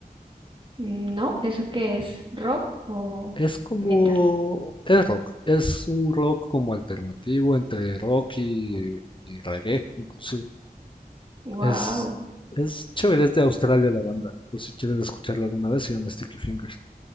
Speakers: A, on the right; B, on the left.
A: Mm, No, ¿eso qué es? ¿Rock o
B: Es como,
A: metal?
B: es rock, es un rock como alternativo entre rock y, y reggae, inclusive.
A: Wow.
B: Es, es chévere, es de Australia la banda, por si quieres escucharla alguna vez, se llama Sticky Fingers.